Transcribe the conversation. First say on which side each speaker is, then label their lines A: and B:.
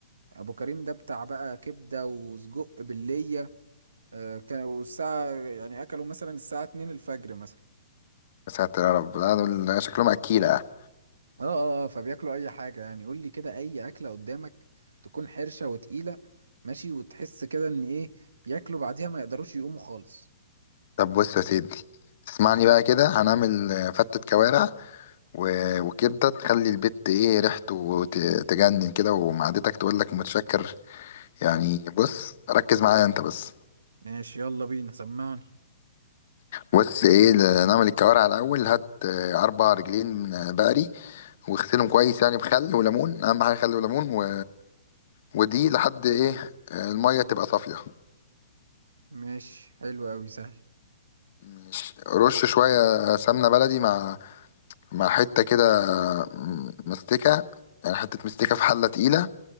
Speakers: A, on the right (about 85°); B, on the left (about 55°).
A: ابو كريم ده بتاع بقى كبده وسجق بالليه آه، كانوا الساعه يعني اكلوا مثلا الساعه 2 الفجر مثلا
B: يا ساتر يا رب لا دول شكلهم اكيله يعني.
A: اه اه آه، فبياكلوا اي حاجه يعني قول لي كده اي اكله قدامك تكون حرشه وتقيله ماشي وتحس كده ان ايه ياكلوا بعديها ما يقدروش يقوموا خالص
B: طب بص يا سيدي اسمعني بقى كده هنعمل فتة كوارع و- وكبدة تخلي البيت ايه ريحته ت- تجنن كده ومعدتك تقول لك متشكر يعني بص ركز معايا انت بس
A: ماشي يلا بينا سمعني
B: بص ايه ل- نعمل الكوارع الاول هات آه، اربع رجلين من بقري واغسلهم كويس يعني بخل وليمون اهم حاجه خل وليمون و... ودي لحد ايه آه، الميه تبقى صافيه
A: ماشي حلو قوي سهل
B: مش رش شويه سمنه بلدي مع مع حته كده م- مستكه يعني حته مستكه في حله تقيله